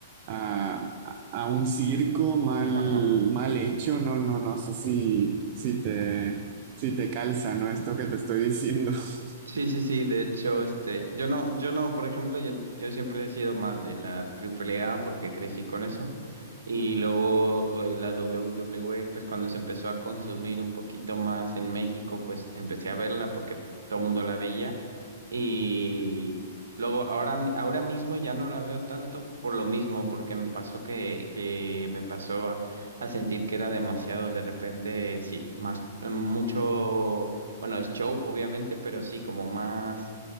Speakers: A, on the right; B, on the right.
A: a, a- a un circo mal,
B: Ajá.
A: mal hecho, no, no, no sé si, si te, si te calza, ¿no? Esto que te estoy diciendo. <laughs>
B: Sí, sí, sí, de hecho, este, yo no, yo no, por ejemplo, yo, yo siempre he sido más de la AAA porque crecí con eso. Y luego eh, la WWE, pues cuando se empezó a consumir un poquito más en México, pues empecé a verla porque todo el mundo la veía. Y luego ahora, mi- ahora mismo ya no la veo tanto por lo mismo, porque me pasó que, que me pasó a sentir que era demasiado de repente, sí, más, mucho. Bueno, es show, obviamente, pero sí, como más,